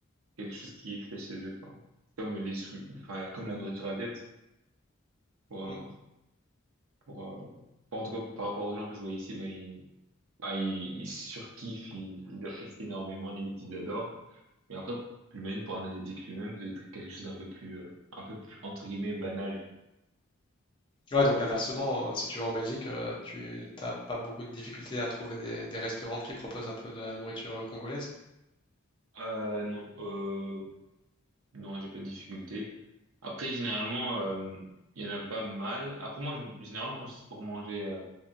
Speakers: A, on the right; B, on the left.
A: quelque chose qui est fait chez eux, quoi. C'est Comme les sou- enfin, comme la nourriture asiatique, pour, un-
B: Mm.
A: pour, euh, pour- en tout cas, par rapport aux gens que je vois ici, ben, Ah, ils, ils surkiffent, ils, ils apprécient énormément, limite ils adorent. Mais après, j'imagine pour un asiatique lui-même, ça doit être quelque chose d'un peu plus, euh, un peu plus, entre guillemets, banal.
B: Ouais, donc inversement, euh, si tu vas en Belgique, euh, tu t'as pas beaucoup de difficultés à trouver des, des restaurants qui proposent un peu de la nourriture euh, congolaise.
A: Euh, non, euh, non, j'ai pas de difficulté. Après, généralement, euh, il y en a pas mal. Après, moi, je- généralement, quand c'est pour manger euh,